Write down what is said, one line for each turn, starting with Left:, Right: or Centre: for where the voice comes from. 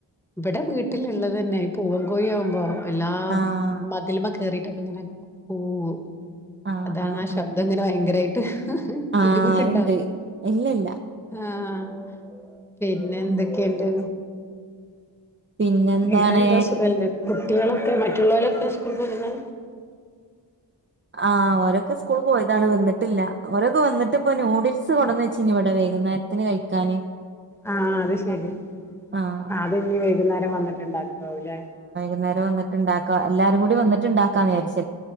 Centre: ഇവിടെ വീട്ടിലുള്ളത് തന്നെ പൂവൻകോഴി ആകുമ്പോ എല്ലാം
Right: ആഹ്
Centre: മതില്മ കേറി എട്ങ്ങനെ കൂവൂം
Right: ആഹ്
Centre: അതാണ്
Right: ആഹ്
Centre: ആ
Right: ആഹ്
Centre: ശബ്ദം ഇങ്ങനെ ഭയങ്കര <unintelligible>
Right: ആഹ്
Centre: ബുദ്ധിമുട്ടുണ്ടോ
Right: ഉണ്ട് ഇല്ലല്ല
Centre: ആ <inaudible> പിന്നെ എന്തൊക്കെയുണ്ട്
Right: ഉം പിന്നെന്താണ്
Centre: വേറെ എന്താ സുഖല്ലേ നിങ്ങളൊക്കെ മറ്റുള്ളവരൊക്കെ സ്കൂളിൽ പോയിന്ന
Right: ആ അവരൊക്കെ സ്കൂളിൽ പോയതാണ് വന്നിട്ടില്ല അവരൊക്കെ വന്നിട്ട്പ്പോ നൂഡിൽ സ് കൊണ്ടെച്ചിന് ഇവിടെ വൈകുന്നേരത്തിന് വെക്കാനെ
Centre: ആ അത് ശരി
Right: ആഹ്
Centre: അത് ഇനി വൈകുന്നേരം ടെ വന്നിട്ടീണ്ടാ ഓ പിന്നെ
Right: എല്ലാരൂ വന്നിട്ടുണ്ടാക്കാം എല്ലാവരും കൂടി വന്നിട്ടുണ്ടാക്കാ വിചാരിച്